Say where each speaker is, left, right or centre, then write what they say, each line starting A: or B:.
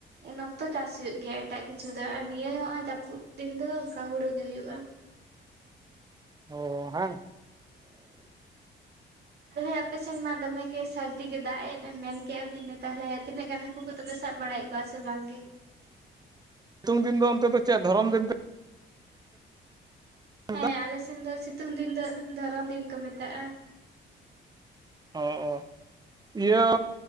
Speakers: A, on the right; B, on the right.
A: ᱚᱱᱟ ᱛᱚ ᱪᱟᱥ ᱦᱩᱭᱩᱜ ᱜᱮᱭᱟ ᱮᱴᱟᱜ ᱠᱤᱪᱷᱩ ᱫᱚ ᱟᱨ ᱱᱤᱭᱟᱹ ᱱᱚᱜ ᱡᱟᱯᱩᱫ ᱫᱤᱱ ᱫᱚ ᱚᱱᱠᱟ ᱦᱩᱲᱩ ᱜᱮ ᱦᱩᱭᱩᱜᱼᱟ᱾
B: ᱚᱻ ᱦᱟᱝ
A: ᱛᱟᱦᱚᱞᱮ ᱟᱯᱮ ᱥᱮᱱ ᱢᱟ ᱫᱚᱢᱮ ᱜᱮ ᱥᱟᱨᱫᱤ ᱜᱮ ᱫᱟᱜ ᱮᱫ ᱢᱮᱱ ᱠᱮᱜ-ᱟ ᱵᱤᱱ ᱱᱛᱟᱦᱚᱞᱮ ᱛᱤᱱᱟᱹᱜ ᱜᱟᱱ ᱦᱟᱠ ᱩ ᱠᱚᱫᱚ ᱯᱮ ᱥᱟᱵᱽ ᱵᱟᱲᱟᱭᱮᱜ ᱠᱚᱣᱟ ᱥᱮ ᱵᱟᱝ ᱜᱮ
B: ᱥᱤᱛᱩᱝ ᱫᱤᱱ ᱫᱚ ᱚᱱᱛᱮ ᱫᱚ ᱪᱮᱫ ᱫᱷᱚᱨᱚᱢ ᱫᱤᱱ
A: ᱦᱮᱸ
B: ᱢᱮᱛᱟᱜᱼᱟ
A: ᱟᱞᱮ ᱥᱮᱱ ᱫᱚ ᱥᱤᱛᱩᱝ ᱫᱤᱱ ᱫᱚ ᱫᱷᱚᱨᱚᱱ ᱫᱤᱱ ᱠᱚ ᱢᱮᱛᱟᱜᱼᱟ᱾
B: ᱚᱸ ᱚᱸ ᱤᱭᱟᱹ